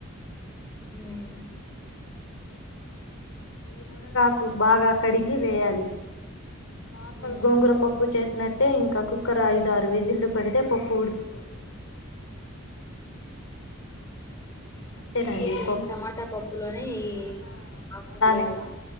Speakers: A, on the left (about 15°); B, on the left (about 80°).
A: మ్
B: ఈ మునగాకు బాగా కడిగి వేయాలి నార్మల్
A: ఉమ్.
B: గోంగుర పప్ ప్పు చేసినట్టే ఇంకా కుక్కర్ ఐదు ఆరు విజిలు పెడితే పప్పు ఉడికిపోతుంది అంతేనండి
A: అంటే సేమ్
B: పప్పు
A: టమాటా
B: రెడీ
A: పప్పు లోనే ఈ
B: ఆ
A: ఆకులేయలా
B: అలానే